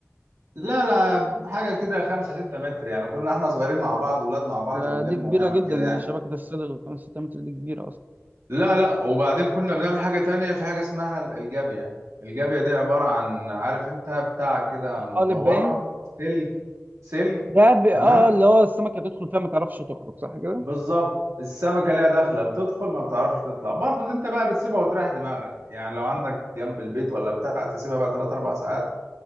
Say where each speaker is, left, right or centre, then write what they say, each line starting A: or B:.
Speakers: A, on the right; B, on the right.
A: لا لا حاجة كده خمسة ستة متر يعني كنا احنا صغيرين مع بعض ولاد مع بعض
B: ده
A: بنلم
B: دي كبيره
A: ونعمل
B: جدا
A: كده
B: يعني
A: يعني
B: شبكه الصيد الخمس 6 متر دي كبيره اصلا
A: لا لا وبعدين كنا بنعمل حاجة تانية في حاجة اسمها ال- الجابية الجابية دي عبارة عن عارف انت بتاع كده
B: طحالب
A: مدورة
B: باين
A: سلك سلك
B: ده ب... اه
A: تمام
B: اللي هو السمكة تدخل فيها ما تعرفش تخرج صح كده؟
A: بالظبط السمكة ليها داخلة بتدخل ما بتعرفش تطلع برضو دي انت بقى بتسيبها وتريح دماغك يعني لو عندك
B: مم.
A: جنب البيت ولا بتاع تسيبها بقى 3 4 ساعات